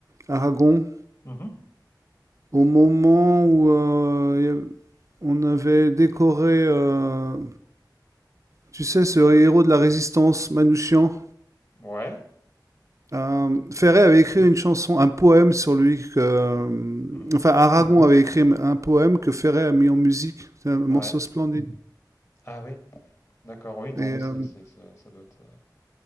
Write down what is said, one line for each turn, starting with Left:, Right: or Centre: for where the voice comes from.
Right: Aragon
Left: Mhm.
Right: au moment où euh, On avait décoré, euh, tu sais, ce héros de la résistance, Manouchian.
Left: Ouais.
Right: Euh, Ferré avait écrit une chanson, un poème sur lui. Que, euh,
Left: Mhm.
Right: enfin, Aragon avait écrit un poème que Ferré a mis en musique. C'est un morceau
Left: Ouais.
Right: splendide.
Left: Ah oui, d'accord, oui, non,
Right: Et, euh,
Left: c'est, c'est- c'est- ça doit être. euh,